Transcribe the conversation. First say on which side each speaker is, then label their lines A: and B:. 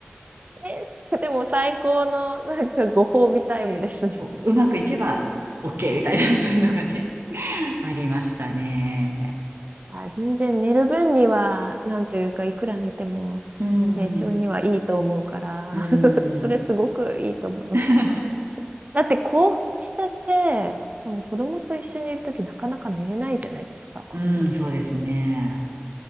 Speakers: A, on the right; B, on the right.
A: <laughs> え、でも最高のなんかご褒美タイムですね。
B: <laughs> そう、うまくいけば OK みたいな、そういうのがね、<laughs> ありましたね。
A: あ、全然寝る分には、なんというか、いくら寝ても成長にはいいと思うから、
B: うん、う
A: <laughs> それすごくいいと思いますね。
B: ん、<laughs>
A: だって興奮したって、その子供と一緒にいるときなかなか寝れないじゃないですか、子供って。
B: うん、そうですね。